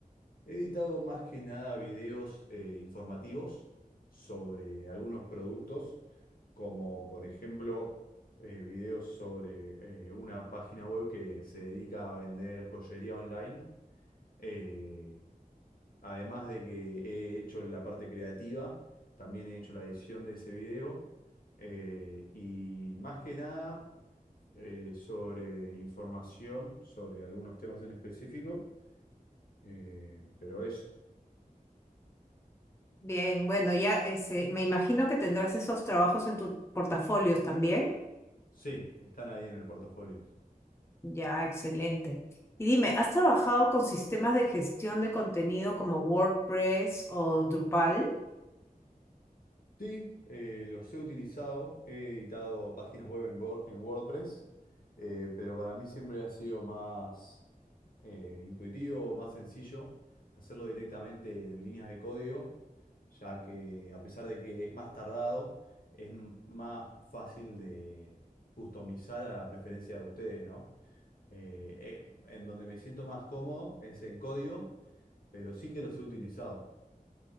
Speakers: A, on the left (about 75°); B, on the left (about 15°).
A: He editado más que nada videos eh, informativos sobre algunos productos, como por ejemplo eh, videos sobre eh, una página web que se dedica a vender joyería online. Eh, además de que he hecho la parte creativa, también he hecho la edición de ese video. Eh, y más que nada eh, sobre información, sobre algunos temas en específico, eh, pero eso.
B: Bien, bueno, ya ese, me imagino que tendrás esos trabajos en tus portafolios también.
A: Sí, están ahí en el portafolio.
B: Ya, excelente. Y dime, ¿has trabajado con sistemas de gestión de contenido como WordPress o Drupal?
A: Sí, eh, los he utilizado, he editado páginas web en, Word- en WordPress, eh, pero para mí siempre ha sido más eh, intuitivo, más sencillo hacerlo directamente en líneas de código, ya que a pesar de que es más tardado, es m- más fácil de customizar a la preferencia de ustedes, ¿no? Eh, eh, en donde me siento más cómodo es en código, pero sí que los he utilizado.